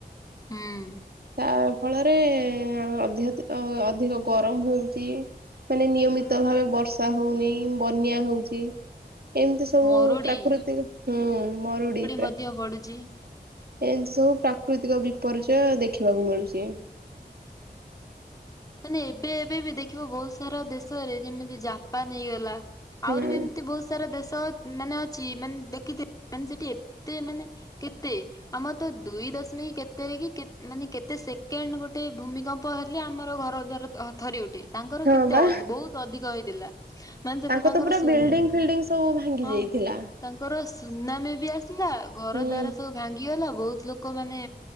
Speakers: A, on the left; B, on the right.
A: ହୁଁ
B: ତା ଫଳରେ ଅଧ ଅଧିକ ଗରମ ହଉଛି ମାନେ ନିୟମିତ ଭା ବର୍ଷା ହଉନି ବନ୍ୟା ହଉଛି ଏମିତି ସବୁ
A: ମରୁଡି
B: ପ୍ରାକୃତିକ ହୁଁ ମରୁଡି ଏ
A: ମଧ୍ୟ ପଡୁଛି।
B: ଏମିତି ସବୁ ପ୍ରାକୃତିକ ବିପର୍ଯ୍ୟୟ ଦେଖିବାକୁ ମିଳୁଛି
A: ମାନେ ଏବେ ଏବେ ବି ଦେଖିବ ବହୁତ ସାରା ଦେଶରେ ଯେମିତି ଜାପାନ ହେଇଗଲା
B: ହୁଁ
A: ଆହୁରି ବି ଏମିତି ବହୁତ ସାରା ଦେଶ ମାନେ ଅଛି ମାନେ ଦେଖି ମାନେ ସେଠି ଏତେ ମାନେ କେତେ ଆମର ତ ଦୁଇ ଦଶମିକ କେତେ ରେ କି ମାନେ କେତେ ସେକେଣ୍ଡ ଗୋଟେ ଭୂମିକମ୍ପ ହେଲେ ଆମର ଘର ଦବର ଥରି ଉଠେ ତାଙ୍କର
B: ହଁ
A: କେତେ
B: ବା
A: ବହୁତ ଅଧିକ ହେଇଥିଲା। ମାନେ ସେତେ
B: ତାଙ୍କ
A: ତାଙ୍କର
B: ତ ପୁରା ବିଲ୍ଡିଙ୍ଗ ଫିଲ୍ଡିଙ୍ଗ ସବୁ ଭାଙ୍ଗି
A: ହଁ
B: ଯାଇଥିଲା।
A: ତାଙ୍କର ସୁନାମି ବି ଆସିଲା ଘର
B: ହୁଁ।
A: ଦ୍ୱାର ସବ ଭାଙ୍ଗିଗଲା ବହୁତ ଲୋକ ମାନେ